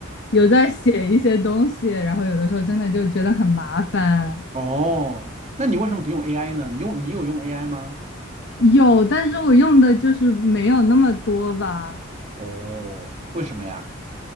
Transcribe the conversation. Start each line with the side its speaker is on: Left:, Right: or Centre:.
Left: 有在写一些东西，然后有的时候真的就觉得很麻烦。
Right: 哦，那你为什么不用 AI 呢？你用你有用 AI 吗？
Left: 有，但是我用的就是没有那么多吧。
Right: 哦，为什么呀？